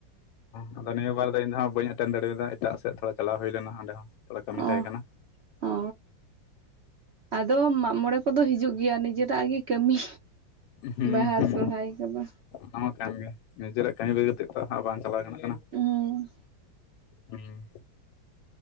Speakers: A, on the left; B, on the right.
A: ᱦᱚᱸ ᱟᱫᱚ ᱱᱤᱭᱟᱹ ᱵᱟᱨ ᱫᱚ ᱤᱧ ᱫᱚ ᱦᱟᱸᱜ ᱵᱟᱹᱧ ᱮᱴᱮᱱᱰ ᱫᱟᱲᱮᱫᱟ ᱮᱴᱟᱜ ᱥᱮᱫ ᱛᱷᱚᱲᱟ ᱪᱟᱞᱟᱣ ᱦᱩᱭ ᱞᱮᱱᱟ ᱚᱸᱰᱮ ᱦᱚᱸ᱾ ᱛᱷᱚᱲᱟ ᱠᱟᱹᱢᱤ
B: ᱚ᱾
A: ᱛᱟᱦᱮᱸ ᱠᱟᱱᱟ
B: ᱚ᱾ ᱟᱫᱚ ᱢᱟᱜᱢᱚᱬᱮ ᱠᱚᱫᱚ ᱦᱤᱡᱩᱜ ᱜᱮᱭᱟ ᱱᱤᱡᱮᱨᱟᱜ ᱟᱜᱤ ᱠᱟᱹᱢᱤ
A: ᱦᱩᱸ
B: ᱵᱟᱦᱟ
A: ᱦᱩᱸ
B: ᱥᱚᱨᱦᱟᱭ ᱠᱚᱫᱚ᱾
A: ᱚᱱᱟ ᱢᱟ ᱠᱟᱱ ᱜᱮᱭᱟ᱾ᱱᱤᱡᱮᱨᱟᱜ ᱠᱟᱹᱢᱤ ᱵᱟᱹᱜᱤ ᱠᱟᱛᱮᱜ ᱛᱚ ᱦᱟᱸᱜ ᱵᱟᱝ ᱪᱟᱞᱟᱣ ᱜᱟᱱᱚᱜ ᱠᱟᱱᱟ᱾
B: ᱦᱩᱸ᱾
A: ᱦᱩᱸ᱾